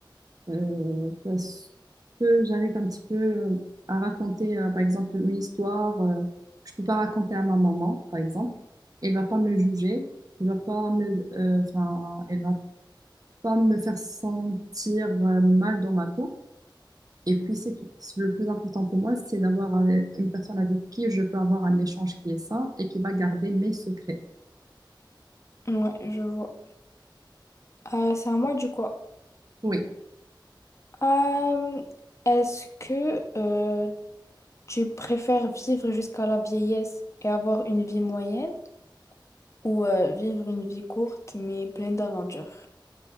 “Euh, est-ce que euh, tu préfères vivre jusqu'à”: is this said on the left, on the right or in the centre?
Left